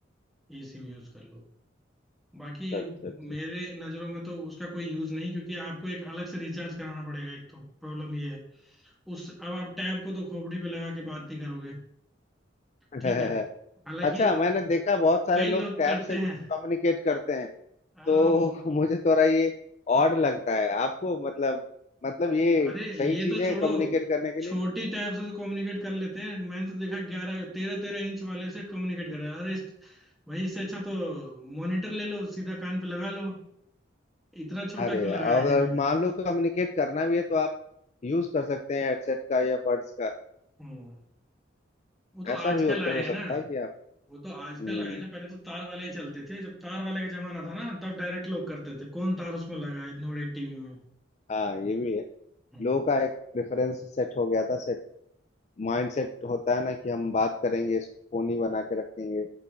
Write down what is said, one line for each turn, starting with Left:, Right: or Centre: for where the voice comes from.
Centre: ई सिम यूज कर लो बाकी
Left: अच्छा अच्छा
Centre: मेरे नज़रों में तो उसका कोई यूज नहीं क्योंकि आपको एक अलग से रिचार्ज कराना पड़ेगा एक तो प्रॉब्लम ये है उस अब आप टैब को तो खोपड़ी पे लगा के बात नहीं करोगे
Left: <laughs> अच्छा।
Centre: ठीक है हालांकि
Left: अच्छा मैंने देखा बहुत सारे
Centre: कई
Left: लोग
Centre: लोग
Left: टैब
Centre: करते
Left: से
Centre: हैं
Left: भी कम्युनिकेट करते हैं
Centre: आओ
Left: तो <laughs> मुझे थोड़ा ये ऑड लगता है आपको मतलब मतलब ये
Centre: अरे
Left: सही
Centre: ये
Left: चीज
Centre: तो
Left: है
Centre: छोड़ो
Left: कम्युनिकेट करने के
Centre: छोटी
Left: लिए
Centre: टैब से तो कम्युनिकेट कर लेते हैं मैंने तो देखा ग्यारह तेरह तेरह इंच वाले से कम्युनिकेट कर रहा है अरे इस- वही इससे अच्छा तो मॉनिटर ले लो सीधा कान पे लगा लो इतना छोटा
Left: अरे
Centre: क्यों
Left: यार
Centre: लगाया है
Left: अगर
Centre: डिवाइस
Left: मान लो कम्युनिकेट करना भी है तो आप यूज कर सकते हैं हेडसेट का या बड्स का
Centre: हम्म वो तो
Left: ऐसा
Centre: आजकल
Left: भी हो तो
Centre: आए
Left: हो
Centre: हैं ना
Left: सकता है कि आप
Centre: वो तो आजकल
Left: हम्म
Centre: आए हैं ना पहले तो तार वाले ही चलते थे जब तार वाले का जमाना था ना तब डायरेक्ट लोग करते थे कौन तार उसमें लगा है इतने बड़े टीवी में
Left: हाँ ये भी है
Centre: हम्म।
Left: लोगों का एक प्रेफरेंस सेट हो गया था सेट माइंड सेट होता है ना कि हम बात करेंगे इसको फोन ही बना के रखेंगे